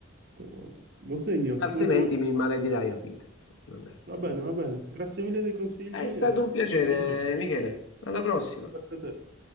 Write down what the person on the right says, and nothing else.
to- lo segno,
molto...
Va bene, va bene. Grazie mille dei consigli
e
ci sentiamo presto.
Grazie a te.